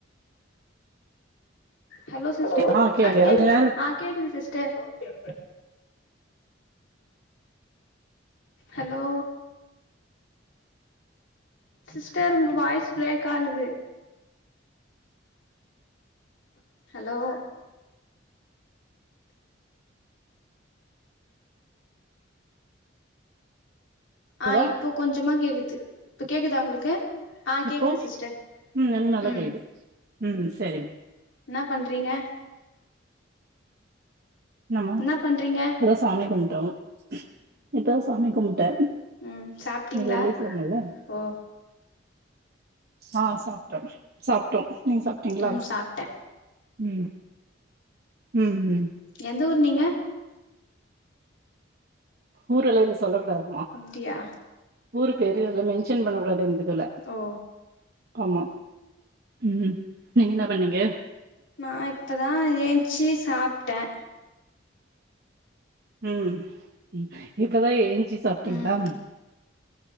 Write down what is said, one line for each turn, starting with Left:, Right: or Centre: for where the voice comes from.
Left: ஹலோ சிஸ்டர்
Right: ஆ கேக்குது
Left: கேட்குது
Right: அதுக்கு நேரம்
Left: ஆஹ் கேட்குது சிஸர் ச ஹலோ சிஸ்டர் உங்க வாய்ஸ் பிரேக் ஆகுது ஹலோ
Right: விட்டீங்களா
Left: ஆஹ் இப்போ கொஞ்சமா கேக்குது இப்ப கேக்குதா உங்களுக்கு ஆ
Right: இப்போ
Left: கேக்குது சிஸ்டர்
Right: உம் எனக்கு நல்லா
Left: ம்
Right: கேட்குது உம் சரிம்மா
Left: என்ன பண்றீங்க
Right: ஆமா
Left: என்ன பண்றீங்க
Right: இப்பதான் சாமி கும்பிட்டோம் இப்பதான் சாமி கும்பிட்டேன்
Left: உம் சாப்பிட்டீங்களா
Right: இன்னைக்கு வெள்ளிக்கிழமல்ல
Left: ஓ
Right: ஆஹ் சாப்பிட்டோம் சாப்பிட்டோம் நீங்க சாப்பிட்டீங்களா
Left: ம் சாப்ட்டே
Right: உம் உம் உம்
Left: எந்த ஊர் நீங்க
Right: ஊரெல்லாம் இல்ல சொல்லக்க கூடாது
Left: அப்படியா
Right: ஊரு பேரு இதுல மென்ஷன் பண்ண விளாட இருந்ததுல
Left: ஓ
Right: ஆமா உம் நீங்க என்ன பண்ணீங்க
Left: நான் இப்பதான் ஏந்திச்சு சாப்பிட்டேன்
Right: உம் இப்பதான் ஏஞ்சி சாப்பிட்டீங்களா
Left: ம்